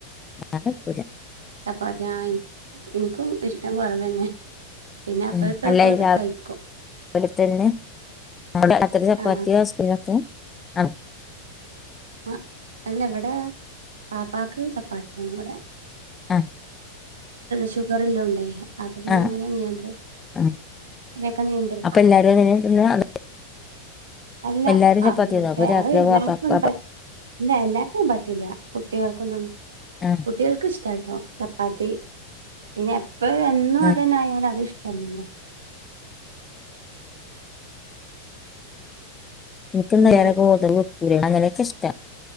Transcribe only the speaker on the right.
ചപാത്തി ആ ഇനികും ഇഷ് റ്റം കുറവന്നെ പിന്നെ അപ്പ
ഇപ്പ
ഇപ്പ
കഴിക്കും
ആ
ആ അല്ല ഇവിടെ പാപ്പാക്ക് ചപ്പാത്തിയാണ് ഇവിടെ
ഷുഗർല്ലാം ഉണ്ടായി അപ്പൊ പിന്നെ
അങ്ങനെ നിയന്ത്രി
അടെക്കെ നിയന്ത്രിക്ക
അല്ല
അത്
എല്ലാർക്കും
അങ്ങനെ
പറ്റ ഇല്ല എല്ലാർക്കും പറ്റില്ല കുട്ടികൾക്കൊന്നും
കുട്ടികൾക്ക് ഇഷ്ടാട്ടോ ചപ്പാത്തി പിന്നെ ഇപ്പൊ എന്നും
അതന്ന ആായാലും അത് ഇഷ് ത്ല്ലല്ലോ
പിന്നെ